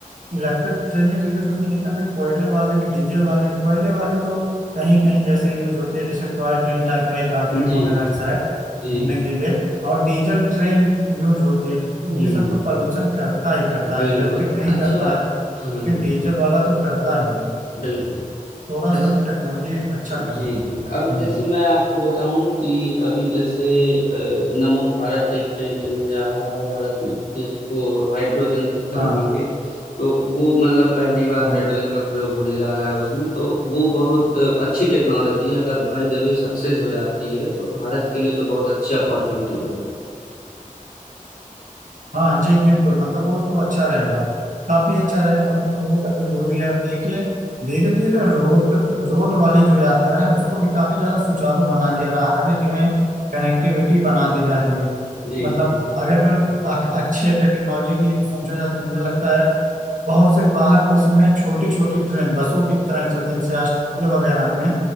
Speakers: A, on the right; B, on the left.
A: इलेक्ट्रिक ट्रेनें तो यूज होती है लेकिन अभी कोयले वाले भी डीजल वाली भी कोयले वाली तो कहीं कहीं जैसे यूज होती है जैसे टॉय ट्रेन टाइप का है दार्जिलिंग
B: है जी
A: वगैरह
B: जी
A: शायद
B: जी
A: घूमने
B: जी
A: के लिए और डीजल ट्रेन यूज होती है तो
B: हम्म
A: ये सब तो पॉल्यूशन करता ही करता
B: बिल्कुल
A: है इलेक्ट्रिक नहीं
B: अच्छा
A: करता है लेकिन
B: हम्म
A: डीजल वाला तो करता ही है
B: बिल्कुल
A: थोड़ा सा
B: अच्छा
A: तो टेक्नोलॉजी अच्छा करना
B: जी जी अब
A: हम्म,
B: जैसे मैं आपको बताऊं कि अभी जैसे अ, नमो भारत एक ट्रेन चलने जा रहा है भारत में जिसको हाइड्रोजन से चलाएंगे
A: हाँ
B: तो वो मतलब पहली बार
A: हाँ
B: हाइड्रोजन का प्रयोग होने जा रहा है उसमें तो वो बहुत अच्छी टेक्नोलॉजी है अगर बाई द वे सक्सेस हो जाती है तो भारत के लिए तो बहुत अच्छी अपॉर्चुनिटी रहेगी
A: हाँ जी बिल्कुल मतलब वो तो अच्छा रहेगा काफी अच्छा रहेगा मतलब लोगों का जो दूरी है अब देखिए धीरे धीरे रोड रोड वाली जो यात्रा है उसको भी काफी ज्यादा सुचारू बना दिया रहा हर एक जगह कनेक्टिविटी बना दी जा रही है
B: जी
A: मतलब
B: जी
A: अगर जो अ- अच्छे टेक्नोलॉजी की सोचा जाए तो मुझे लगता है बहुत से बाहर देशों में छोटी छोटी ट्रेन बसों की तरह चलती है जैसे ऑस्ट्रेलिया वगैरह में